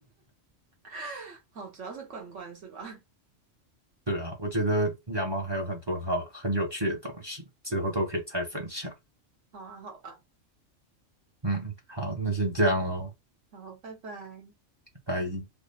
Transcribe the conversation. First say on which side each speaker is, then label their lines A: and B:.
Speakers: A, on the right; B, on the right.
A: <laughs> 好，主要是罐罐是吧？
B: 对啊，我觉得养猫还有很多好很有趣的东西，之后都可以再分享。
A: <laughs> 好啊，好啊，
B: 嗯，好，那先这样喽，
A: 好，拜拜。
B: 拜拜。